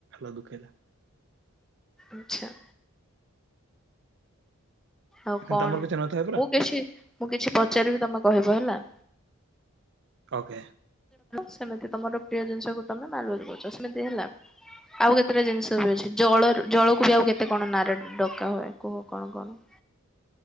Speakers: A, on the right; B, in the centre.
A: ଦୁଃଖରେ
B: ଆଚଛା ଆଉ କଣ
A: ତମର କିଛି ନଥାଏ ପରା
B: ମୁଁ କିଛି ମୁଁ କିଛି ପଚାରିବି ତମେ କହିବ ହେଲା
A: ଓକେ।
B: ସେମିତି ତମର ପ୍ରିୟ ଜିନିଷକୁ ତମେ ମାଲବାଜ କରୁଛ ସେମିତି ହେଲା ଆଉ କେତେଟା ଜିନିଷ ବି ଅଛି ଜଳ ଜଳକୁ ବି ଆଉ କେତେ କଣ ନାଁରେ ଡକା ହୁଏ କୁହ କଣ କଣ।